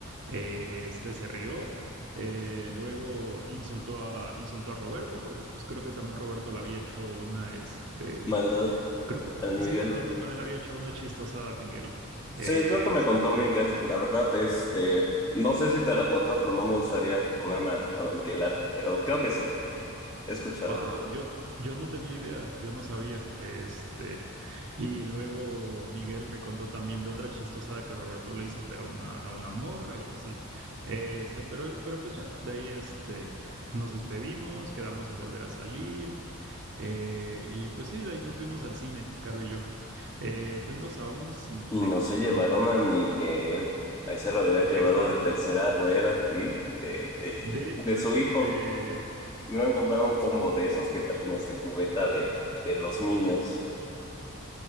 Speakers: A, on the right; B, on the left.
A: eh, este se rió, eh, luego insultó a, insultó a Roberto, porque pues creo que también Roberto le había hecho una, este,
B: Maldad,
A: creo que,
B: al
A: sí,
B: Miguel.
A: Roberto también le había hecho una chistosada a Miguel.
B: Sí,
A: Este,
B: creo que me contó Miguel. La verdad, este, no sé si te la contó, pero no me gustaría ponerme a, a ventilar. Pero creo que sí, he escuchado.
A: Wow, yo, yo no tenía idea, yo no sabía. Este, y luego Miguel me contó también de otra chistosada que Roberto le hizo, pero a una, a una morra y así. Este, pero, pero pues ya, de ahí este, nos despedimos, quedamos en volver a salir, eh, y pues sí, de ahí nos fuimos al cine, Caro y yo. Eh, fuimos a un Cinemex
B: Y no se llevaron
A: y ya
B: a
A: fue.
B: Miguel. Ahí se lo hubiera llevado
A: Está,
B: de tercera rueda y de, de,
A: de hecho,
B: de su
A: este.
B: hijo. Me hubieran comprado un combo de esos que traen este cubeta de, de los Minions.